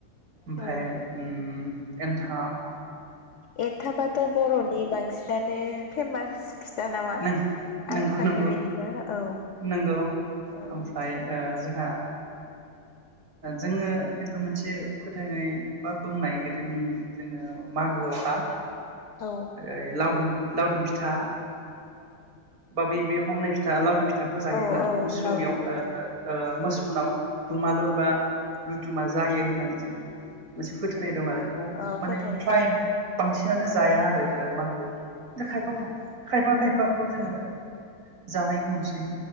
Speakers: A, on the right (about 60°); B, on the left (about 65°).
A: ओमफ्राय
B: औ
A: उम एनथाब
B: एन्थाबाथ बरनि बांसिन दानो फेमास फिथा नामा
A: नों नंगौ
B: आं साननाय
A: नंगौ
B: बायदिबा औ
A: नंगौ
B: औ।
A: ओमफ्राय ओ जोंहा जोङो खिन्थु मोनसे फोथायनाय बा बुंनाय गोदोनि जोङो मागोआवहा
B: औ
A: ओइ लावदुम लावदुम फिथा बाबै बे हमनाय फिथा लावदुम फिथ फिथाखौ जायोब्ला
B: औ औ
A: मोसौनियाव
B: लावदुम
A: ओ
B: फिथा
A: ओ मोस उनाव दमालु एबा लुदुमा जायो होननानै जोङो मोनसे फोथायनाय दं आरो बेखौ
B: औ
A: माने
B: फोथायनाय
A: फ्लाइम
B: दङ
A: बांसिनानो जाया आरो मागो खायफा खाफा खायफा खायफा खौ जोङो जानायबो नुसै